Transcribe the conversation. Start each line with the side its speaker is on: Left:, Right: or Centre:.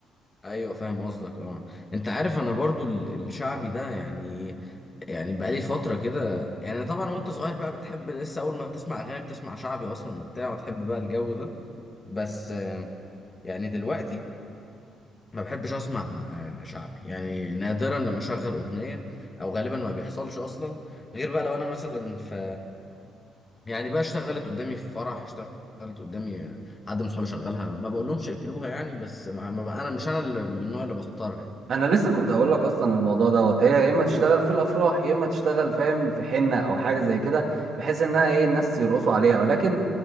Left: ايوه فاهم قصدك اه انت عارف انا برضو ال- الشعبي ده يعني يعني بقالي فتره كده يعني طبعا وانت صغير بقى بتحب لسه اول ما بتسمع اغاني بتسمع شعبي اصلا وبتاع وتحب بقى الجو ده بس آه، يعني دلوقتي ما بحبش اسمع آه، شعبي يعني نادرا لما اشغل اغنيه او غالبا ما بيحصلش اصلا غير بقى لو انا مثلا في يعني بقى اشتغلت قدامي في فرح اشتغلت قدامي آه، حد من صحابي شغلها ما بقول لهمش اقفلوها يعني بس ما ما بقى انا مش انا اللي من النوع اللي بختارها يعني
Right: انا لسه كنت هقول لك اصلا الموضوع دوت هي يا اما تشتغل في الافراح يا اما تشتغل فاهم في حنه او حاجه زي كده بحيث انها ايه الناس يرقصوا عليها ولكن